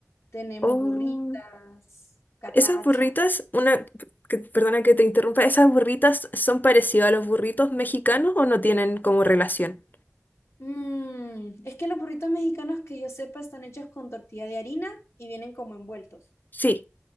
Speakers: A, on the left (about 60°); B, on the left (about 40°).
A: tenemos
B: Oh,
A: burritas, catracha.
B: esas burritas, una, que- perdona que te interrumpa, ¿esas burritas son parecidas a los burritos mexicanos o no tienen como relación?
A: Mm, es que los burritos mexicanos que yo sepa están hechos con tortilla de harina y vienen como envueltos.
B: Sí.